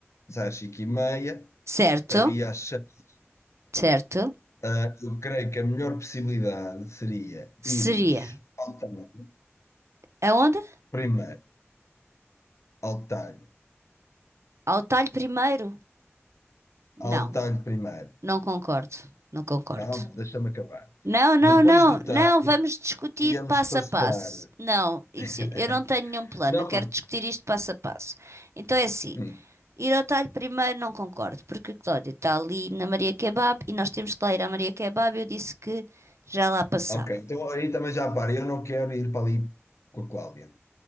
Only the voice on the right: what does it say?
Certo,
certo.
Seria.
Aonde?
Ao talho primeiro? Não,
não concordo, não concordo.
Não, não,
não,
não, vamos discutir
passo
a passo. Não, isso,
eu não tenho nenhum plano,
eu quero
discutir isto passo a passo. Então é assim.
Ir ao talho primeiro não concordo, porque a Cláudia está ali na Maria Kebab e nós temos que lá ir à Maria Kebab. Eu disse que já lá passava.